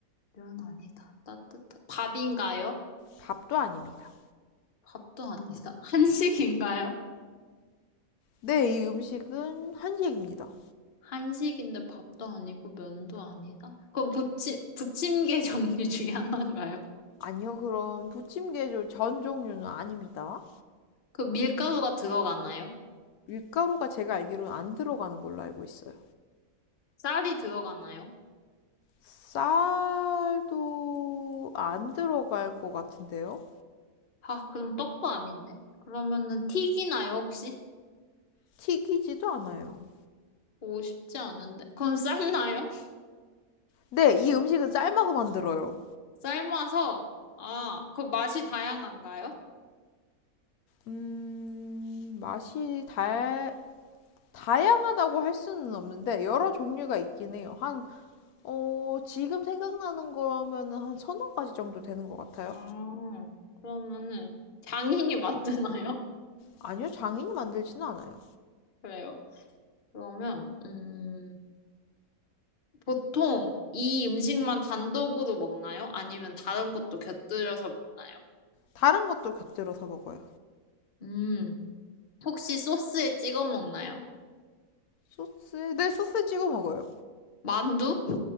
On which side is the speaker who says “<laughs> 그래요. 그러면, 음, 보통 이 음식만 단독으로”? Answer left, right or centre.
Left